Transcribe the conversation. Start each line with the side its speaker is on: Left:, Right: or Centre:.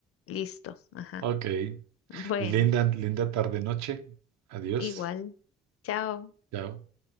Left: listo. Ajá.
Right: Ok,
Left: Bueno.
Right: linda, linda tarde-noche. Adiós,
Left: Igual. Chao.
Right: chao.